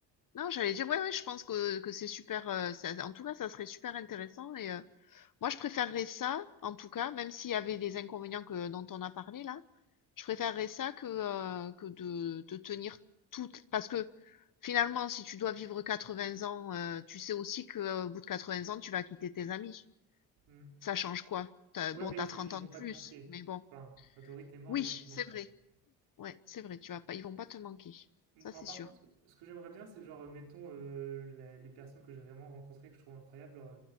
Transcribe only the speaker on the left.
non, j'allais dire, ouais, ouais, je pense que que c'est super, heu, ça en tout cas, ça serait super intéressant et heu Moi, je préférerais ça, en tout cas, même s'il y avait des inconvénients que, dont on a parlé là, je préférerais ça que, euh, que de, de tenir toutes. Parce que finalement, si tu dois vivre 80 ans, euh, tu sais aussi que, euh, au bout de 80 ans, tu vas quitter tes amis.
Ça change quoi? T'as,
bon,
t'as
30
ans
de plus,
mais bon.
Oui,
c'est
vrai.
Ouais, c'est vrai, tu vas pas, ils vont pas te manquer.
Ça,
c'est
sûr.